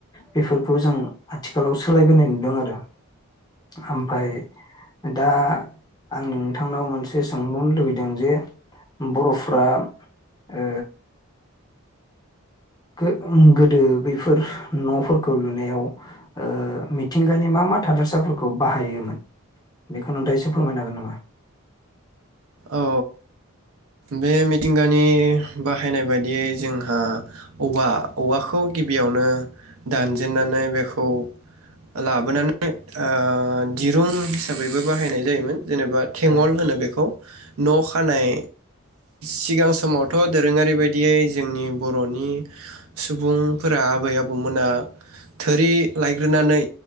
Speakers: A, on the left; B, on the right.
A: बेफोरखौ जों आथिखालाव सोलायबोनाय नुदों आरो आमफाय दा आं नोंथांनाव मोनसे सोंबावनो लुुबैदों जे बर'फ्रा ओ गो ओ गोदो बैफोर न'फोरखौ लुनायाव ओ मिथिंगानि मा मा थादोरसाफोरखौ बाहायोमोन बेखौ नोंथाङा एसे फोरमायनो हागोन नामा
B: औ बे मिथिंगानि बाहायनाय बायदियै जोंहा औवा औवाखौ गिबियावनो दानजेननानै बेखौ लाबोनानै ओ दिरुं हिसाबैबो बाहायनाय जायोमोन जेनेबा थेंगल
A: औ उम
B: होनो खौ न' खानाय सिगां समावथ' दोरोङारि बायदि यै जोंनि बर'नि सुबुंफोरा आबै आबौमोना थोरि लायग्रोनानै